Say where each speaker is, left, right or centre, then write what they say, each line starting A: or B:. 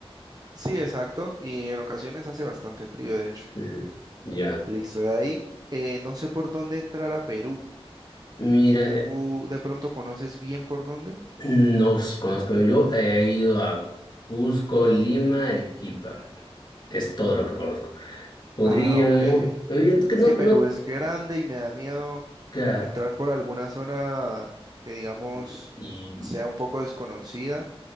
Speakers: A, on the right (about 40°); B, on the left (about 45°).
A: Sí, exacto. Y en ocasiones hace bastante frío, de hecho.
B: Ujú. Ya.
A: Listo, de ahí, eh, no sé por dónde entrar a Perú.
B: Mira,
A: ¿Tú
B: eh,
A: de pronto conoces bien por dónde?
B: no os conozco. Yo he ido a Cusco, Lima, Arequipa. Es todo lo que conozco. Podríamos.
A: Ah, ok. Es
B: eh, que No,
A: que Perú
B: no,
A: es grande y me da miedo
B: claro.
A: entrar por alguna zona que, digamos,
B: Y, y,
A: sea un poco desconocida